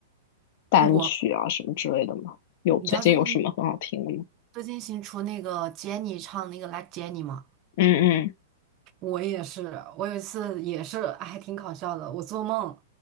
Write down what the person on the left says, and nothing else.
单曲啊什么之类的吗？
有最近有什么很好听的吗？
嗯